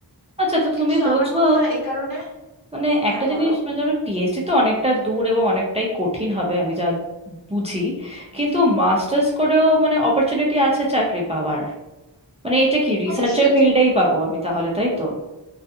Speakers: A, on the right; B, on the left.
A: আচ্ছা তো তুমি
B: সো
A: বলছো
B: আমার মনে হয় এই কারণে
A: মানে একটা
B: হ্যাঁ
A: জিনিস
B: বলো
A: মানে যাবে পিএইচডি তো অনেকটা দূর এবং অনেকটাই কঠিন হবে আমি যা বুঝি কিন্তু মাস্টার্স করেও মানে অপরচুনিটি আছে চাকরি পাওয়ার মানে এটা কি রিসার্চের
B: অবশ্যই
A: ফিল্ডেই পাবো আমি তাহলে তাই তো